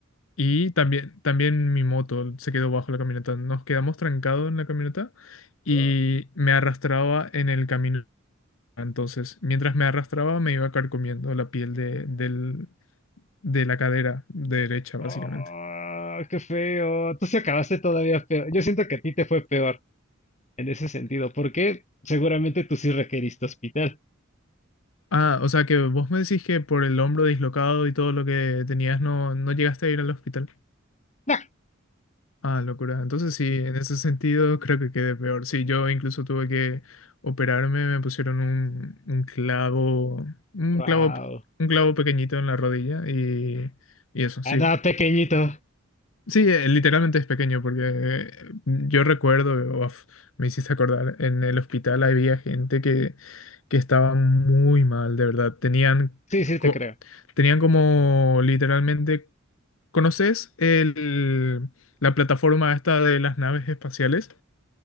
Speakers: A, on the left (about 80°); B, on the left (about 35°).
A: Y también, también mi moto se quedó bajo la camioneta. Nos quedamos trancados en la camioneta y
B: Ajá.
A: me arrastraba en el camino. Entonces, mientras me arrastraba, me iba carcomiendo la piel de, del- de la cadera derecha, básicamente.
B: Oh, qué feo. Tú se acabaste todavía peor. Yo siento que a ti te fue peor en ese sentido, porque seguramente tú sí requeriste hospital.
A: Ah, o sea que vos me decís que por el hombro dislocado y todo lo que tenías no, no llegaste a ir al hospital.
B: No,
A: Ah, locura. Entonces sí, en ese sentido creo que quedé peor. Sí, yo incluso tuve que operarme, me pusieron un, un clavo, un
B: Wow.
A: clavo, un clavo pequeñito en la rodilla y, y eso, sí.
B: Andaba pequeñito.
A: Sí, eh, literalmente es pequeño porque eh, yo recuerdo, uf, me hiciste acordar, en el hospital había gente que, que estaba muy mal, de verdad. Tenían,
B: Sí, sí,
A: co-
B: te creo.
A: tenían como literalmente ¿Conoces el, la plataforma esta de las naves espaciales?